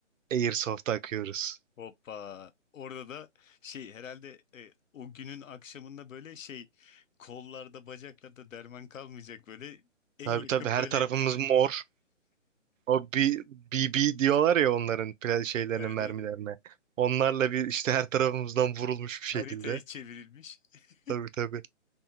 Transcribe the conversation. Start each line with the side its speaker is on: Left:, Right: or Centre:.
Right: Airsoft'a akıyoruz.
Left: Hoppa. Orada da şey herhalde e, o günün akşamında böyle şey kollarda bacaklarda derman kalmayacak böyle en
Right: Tabii
Left: yakın
Right: tabii her
Left: böyle
Right: tarafımız
Left: <laughs>
Right: mor. O B- BB diyorlar ya onların pla- şeylerine
Left: evet
Right: mermilerine.
Left: evet evet.
Right: Onlarla bir işte her tarafımızdan vurulmuş bir şekilde.
Left: haritaya çevrilmiş. <laughs>
Right: Tabii tabii.